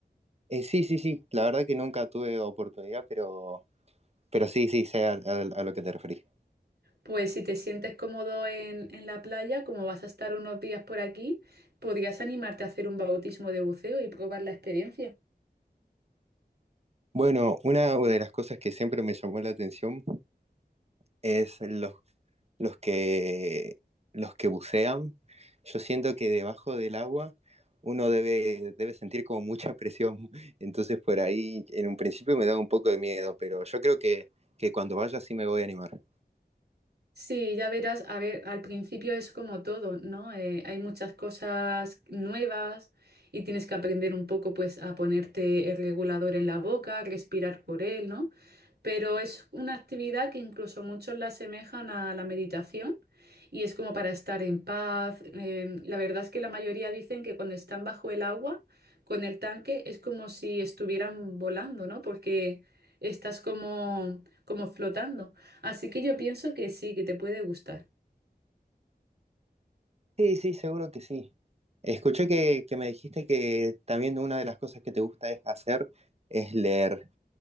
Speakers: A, on the right (about 40°); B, on the right (about 70°).
A: Eh, sí, sí, sí. La verdad que nunca tuve oportunidad, pero, pero sí, sí, sé a, a- a lo que te referís.
B: Pues si te sientes cómodo en, en la playa, como vas a estar unos días por aquí, podrías animarte a hacer un bautismo de buceo y probar la experiencia.
A: Bueno, una de las cosas que siempre me llamó la atención es los, los que, los que bucean. Yo siento que debajo del agua uno debe, debe sentir como mucha presión. <laughs> Entonces por ahí en un principio me da un poco de miedo, pero yo creo que, que cuando vaya sí me voy a animar.
B: Sí, ya verás, a ver, al principio es como todo, ¿no? Eh, hay muchas cosas nuevas y tienes que aprender un poco, pues, a ponerte el regulador en la boca, respirar por él, ¿no? Pero es una actividad que incluso muchos la asemejan a la meditación y es como para estar en paz. Eh, la verdad es que la mayoría dicen que cuando están bajo el agua, con el tanque, es como si estuvieran volando, ¿no? Porque estás como, como flotando. Así que yo pienso que sí, que te puede gustar.
A: Sí, sí, seguro que sí. Escuché que, que me dijiste que también una de las cosas que te gusta es hacer es leer.